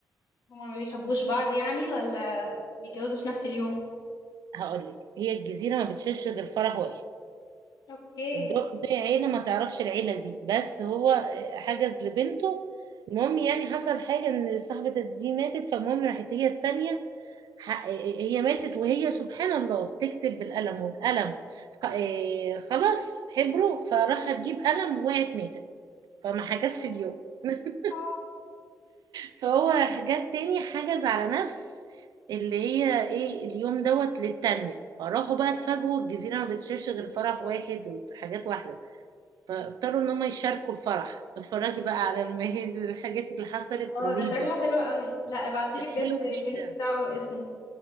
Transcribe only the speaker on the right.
هقول لك هي الجزيرة ما بتشيلش غير فرح واحد
الدق دي عيلة ما تعرفش العيلة دي بس هو حجز لبنته المهم يعني حصل حاجة ان صاحبة دي ماتت فالمهم راحت هي التانية ح- هي ماتت وهي سبحان الله بتكتب بالقلم والقلم خ- إيه، خلاص حبره فراحت تجيب قلم وقعت ماتت فما حجزش
اليوم <laughs>
فهو حاجات تاني حجز على نفس اللي هي ايه اليوم دوت للتانية فراحوا بقى اتفاجئوا الجزيرة ما بتشيرش غير فرح واحد وحاجات واحدة اضطروا ان هم يشاركوا الفرح اتفرجي بقى على المهازل الحاجات اللي حصلت
رهيبة
ده
حلو
جدا